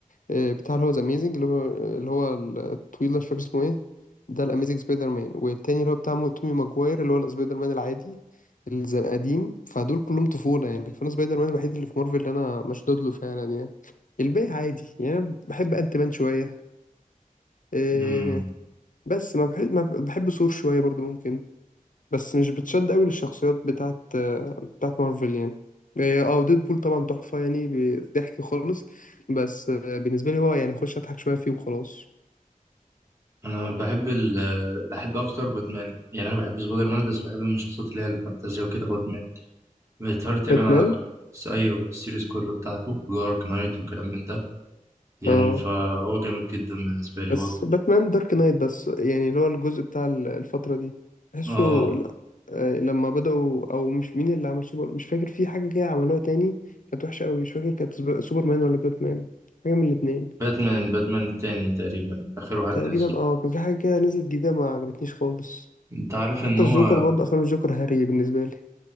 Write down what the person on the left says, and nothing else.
آه، بتاع اللي هو ذا اميزنج اللي هو اللي هو الطويل ده مش فاكر اسمه ايه ده الاميزنج سبايدر مان والتاني اللي هو بتاع مو- تومي ماجواير اللي هو السبايدر مان العادي اللي زي القديم فدول كلهم طفولة يعني فانا سبايدر مان الوحيد اللي في مارفل اللي انا مشدود له فعلا يعني الباقي عادي يعني انا بحب انت مان شوية إيه
بس ما بحب ما بحب ثور شوية برضو ممكن بس مش بتشد قوي للشخصيات بتاعت آه، بتاعت مارفل يعني إيه، اه ديد بول طبعا تحفة يعني ب- ضحك خالص بس آه، بالنسبة لي هو يعني اخش اضحك شوية فيه وخلاص
باتمان
اه
بس
باتمان دارك نايت بس يعني اللي هو الجزء بتاع ال- الفترة دي بحسه
ل- آه، لما بدأوا أو مش مين اللي عمل سوبر مش فاكر في حاجة كده عملوها تاني كانت وحشة أوي مش فاكر كانت سب- سوبرمان ولا باتمان حاجة من الاتنين
تقريبا
اه كان في حاجة كده نزلت جديدة ما عجبتنيش خالص
حتى
الجوكر برضه أفلام الجوكر هري بالنسبة لي